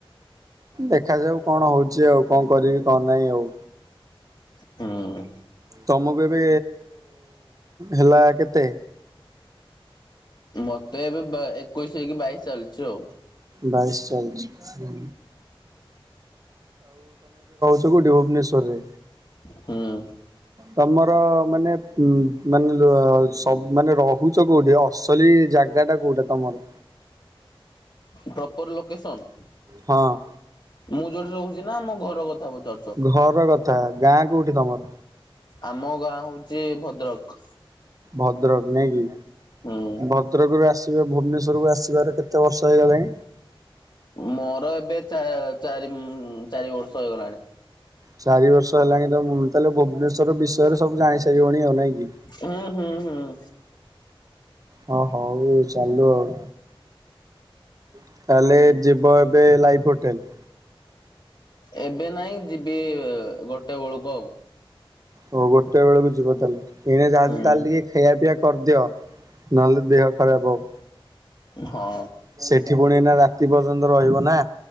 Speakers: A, on the right; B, on the left.
A: ଦେଖାଯାଉ। କଣ ହଉଛି ଆଉ କଣ କରିବି କଣ ନାହିଁ ଆଉ।
B: ହୁଁ
A: ତମକୁ ଏବେ ହେଲା କେତେ?
B: ମତେ ଏବେ ବା ଏକୋଇଶି ହେଇକି ବାଇଶ ଚାଲିଛି ଆଉ।
A: ବାଇଶି ଚାଲିଛି ହୁଁ। କଉଠି ଭୁବନେଶ୍ବରରେ?
B: ହୁଁ
A: ତମର ମାନେ ଉ ମାନେ ସବୁ ମାନେ ରହୁଛ କୋଉଠି ଅସଲି ଜାଗା ଟା କୋଉଟା ତମର?
B: Proper location.
A: ହଁ
B: ମୁଁ ଯୋଉଠି ରହୁଛି ନା ମୋ ଘର କଥା ପଚାରୁଛ?
A: ଘର କଥା ଗାଁ କୋଉଠି ତମର?
B: ଆମ ଗାଁ ହଉଛି ଭଦ୍ରକ।
A: ଭଦ୍ରକ ନାଇଁ କି
B: ହୁଁ।
A: ଭଦ୍ରକରୁ ଆସିବେ ଭୁବ ଭୁବନେଶ୍ୱରକୁ ଆସିବାର କେତେ ବର୍ଷ ହେଇଗଲାଣି?
B: ମୋର ଏବେ ଚା ଚାରି ଚାରି ବର୍ଷ ହେଇଗଲାଣି।
A: ଚାରି ବର୍ଷ ହେଲାଣି ତ ମୁଁ ତାହେଲେ ଭୁବନେଶ୍ୱର ଶ୍ଵର ବିଷୟରେ ସବୁ ଜାଣି ସାରିବଣି ଆଉ ନାଇଁ କି।
B: ହୁଁ ହୁଁ ହୁଁ।
A: ହଁ ହଉ ଚାଲୁ ଆଉ, ତାହେଲେ ଯିବ ଏବେ ଏବେ ଲାଇଫ ହୋଟେଲ।
B: ଏବେ ନାଇଁ ଯିବି ଗୋଟେ ବେଳକୁ ଆଉ।
A: ଓ ଗୋଟେ ବେଳକୁ ଯିବ ତାହେଲେ, ଏଇନା ଯାହା
B: ହୁଁ
A: ତାହେଲେ ଟିକେ ଖାଇଆ ପିଇଆ କରିଦିଅ ନହେଲେ ଦେହ ଖରାପ ହବ।
B: ହଁ
A: ସେଠି ପୁଣି ଏଇନା ରାତି ପର୍ଯ୍ୟନ୍ତ ରହିବ ନା।